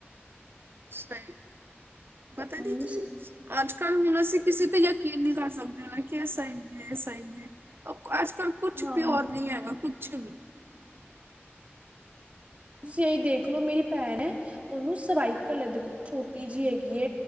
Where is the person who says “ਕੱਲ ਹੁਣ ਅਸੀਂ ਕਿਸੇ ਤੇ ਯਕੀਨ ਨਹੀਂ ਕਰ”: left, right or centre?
Right